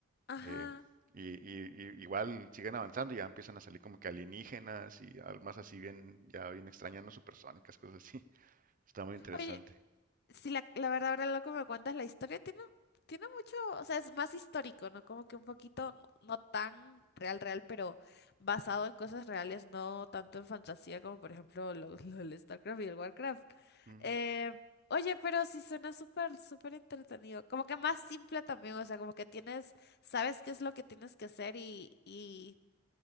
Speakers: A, on the left; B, on the right.
A: ajá.
B: eh, y, y- y igual siguen avanzando y ya empiezan a salir como que alienígenas y almas así bien, ya bien extrañas, no supersónicas, cosas así. <laughs> Está muy interesante.
A: Oye, si la, la verdad ahora lo que me cuentas, la historia tiene, tiene mucho, o sea, es más histórico, ¿no? Como que un poquito, no no tan real, real, pero basado en cosas reales, no tanto en fantasía como por ejemplo lo, lo del StarCraft y el Warcraft.
B: Mm,
A: Eh, oye, pero sí suena súper, súper entretenido. Como que más simple también, o sea, como que tienes, sabes qué es lo que tienes que hacer y, y